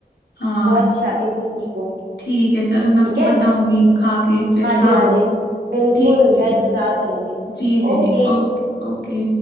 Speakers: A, on the left (about 80°); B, on the right (about 75°).
A: हाँ
B: बहुत अच्छी आती है इसकी खुशबू
A: ठीक है चलो मैं
B: ठीक
A: आपको
B: है
A: बताऊंगी खा के फिर
B: हाँ
A: हाँ
B: जी हाँ जी बिल्कुल
A: ठीक
B: मैं
A: है
B: इंतजार करूंगी
A: जी जी
B: ओके
A: जी ओके ओके